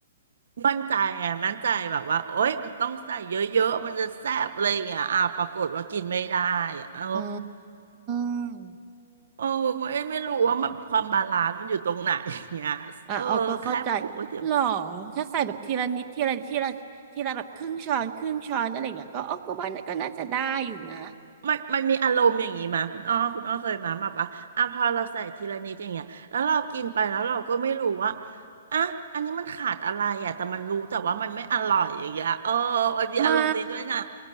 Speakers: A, on the right; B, on the right.
A: มั่นใจไงมั่นใจแบบว่าโอ๊ยมันต้องใส่เยอะๆมันจะแซ่บอะไรอย่างเงี้ยอ่าปรากฏว่ากินไม่ได้อะโอ้
B: อืม
A: โอ้ไม่ไม่รู้ว่ามันความบาลานซ์มันอยู่ตรงไหนอย่างเงี้ยเออแค่ปรุงก๋วยเตี๋ยว
B: อ่ะออกก็เข้าใจหรอถ้าใส่แบบทีละนิดทีละนิดทีละทีละแบบครึ่งช้อนครึ่งช้อนอะไรอย่างเงี้ยก็ออกก็ว่าก็น่าจะได้อยู่นะ
A: มันมันมีอารมณ์อย่างงี้มาคุณอ้อคุณอ้อเคยมาแบบว่าอ่ะพอเราใส่ทีละนิดอย่างเงี้ยแล้วเรากินไปแล้วเราก็ไม่รู้ว่าอ่ะอันนี้มันขาดอะไรอ่ะแต่มันรู้แต่ว่ามันไม่อร่อยอย่างเงี้ยเออมันมีอารมณ์นี้ด้วยนะ
B: ไม่